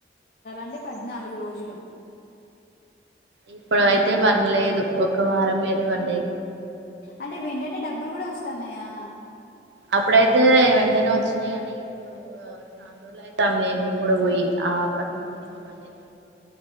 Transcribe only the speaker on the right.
ఇప్పుడు
అయితే పనిలేదు ఒక వారం ఏద వండి
అప్పుడైతే వెంటనే వచ్చినాయి కానీ ఇప్పుడు చానా రోజులు అయితే అంది నేను కూడా పోయి ఆ అప్పటి నుంచ ఇంక పల్లే